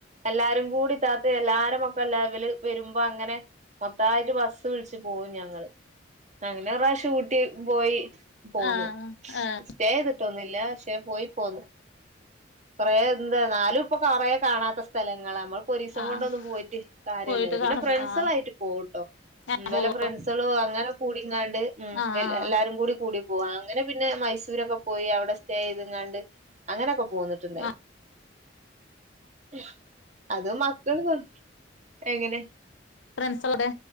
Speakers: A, on the right (about 40°); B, on the left (about 80°).
A: എല്ലാരും കൂടി ഇത്താത്ത എല്ലാരും മക്കെ ല വല് വരുമ്പോ അങ്ങനെ മൊത്തമായിട്ട് ബസ് വിളിച്ച് പോവും ഞങ്ങള് അങ്ങനെ ഒരു പ്രാവശ്യം ഊട്ടി പോയി പോന്ന്
B: ആഹ് ആഹ്
A: സ്റ്റേ ചെയ്തിട്ടൊന്നില്ല പക്ഷേ പോയി പോന്ന് കുറെ എന്താ ന്നാലും ഇപ്പൊ കുറേ കാണാത്ത സ്ഥലങ്ങളാ നമ്മൾ പോ ഒരീസം
B: ആഹ്
A: കൊണ്ടൊന്നും പോയിട്ട് കാര്യ
B: പോയിട്ട്
A: ഇല്ലല്ല പിന്നെ
B: കാണൂല
A: ഫ്രണ്ട്സുകളായിട്ട്
B: ആഹ്
A: പോകുട്ടോ
B: ഞാൻ
A: ഇന്നലെ
B: പോവും
A: ഫ്രണ്ട്സ് ഫ്രണ്ട്‌സളും അങ്ങനെ കൂടികാണ്ട് ഉം
B: ആഹ് ആഹ്
A: എല്ലാരും കൂടി കൂടി പോ അങ്ങനെ പിന്നെ മൈസൂരൊക്കെ പോയി അവിടെ സ്റ്റേ ചെയ്ത്ങ്ങാണ്ട് അങ്ങനെയൊക്കെ പോ <unintelligible>
B: ആഹ്
A: അത് മക് ക്കൾ എങ്ങനെ
B: ഫ്രണ്ട്സ് എവടെ